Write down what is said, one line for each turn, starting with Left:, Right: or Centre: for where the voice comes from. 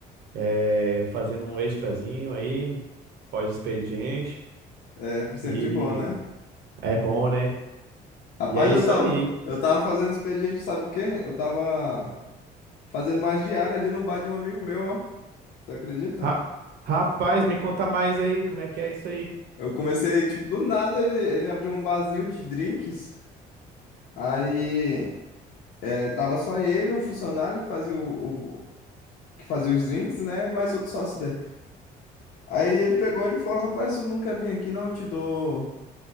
Right: é, fazendo um extrazinho aí, pós-expediente.
Left: É sempre
Right: E
Left: bom, né?
Right: é bom, né?
Left: Rapaz,
Right: E é isso
Left: eu tava,
Right: aí.
Left: eu tava fazendo expediente, sabe o quê? Eu tava fazendo mais diária ali no bar de um amigo meu, ó. Você acredita?
Right: Ra- Rapaz, me conta mais aí, como é que é isso aí?
Left: Eu comecei, tipo, do nada ele, ele abriu um barzinho de drinks. Aí é, tava só ele, um funcionário que fazia o, o- que fazia os drinks, né? Mais outro sócio dele. Aí ele pegou ele e falou: Rapaz, tu nunca vim aqui, não? Te dou